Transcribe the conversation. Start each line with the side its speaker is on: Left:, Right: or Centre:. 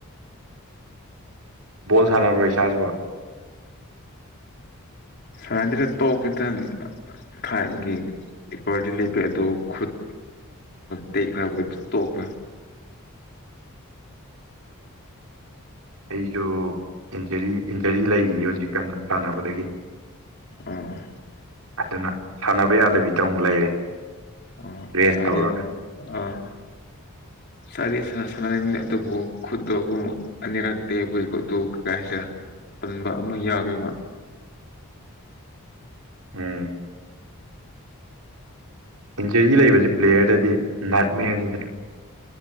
Right: ꯕꯣꯜ ꯁꯥꯟꯅꯕ꯭ꯔꯣ ꯢꯁꯥꯁꯤꯕꯣ
Left: ꯁꯥꯟꯅꯗꯦ ꯇꯣꯛꯈꯤꯗꯅ ꯊꯥꯏꯅꯒꯤ ꯀꯤꯄꯔꯇꯤ ꯂꯦꯞꯒꯦ ꯑꯗꯨ ꯈꯨꯠ ꯇꯦꯛꯄꯒꯤ ꯇꯣꯛꯈ꯭ꯔꯦ
Right: ꯑꯩꯁꯨ ꯏꯟꯖꯔꯤ ꯏꯟꯖꯔꯤ ꯂꯩꯔꯤ ꯍꯧꯖꯤꯛ ꯁꯥꯟꯅꯕꯗꯒꯤ
Left: ꯑꯥ
Right: ꯑꯗꯨꯅ ꯁꯥꯟꯅꯕ ꯌꯥꯗꯕꯤꯗ ꯑꯃꯨꯛ ꯂꯩꯔꯦ
Left: ꯑꯣ
Right: ꯔꯦꯁ
Left: ꯐꯔꯦ
Right: ꯇꯧꯔꯒ
Left: ꯑꯥ ꯑꯩꯗꯤ ꯁꯥꯟꯗꯤ ꯁꯥꯟꯅꯅꯤꯡ ꯑꯗꯨꯕꯨ ꯈꯠꯇ ꯑꯅꯤꯔꯛ ꯇꯦꯛꯄꯒꯤ ꯈꯨꯠꯇꯣ ꯀꯩ ꯍꯥꯢꯁꯤꯔ ꯇꯟꯕ ꯑꯃ ꯌꯥꯎꯔꯦꯕ
Right: ꯎꯝ ꯏꯟꯖꯔꯤ ꯂꯩꯕꯁꯤ ꯄ꯭ꯂꯦꯌꯔꯗꯗꯤ ꯅꯥꯛꯃꯦꯔꯅꯤꯗꯅ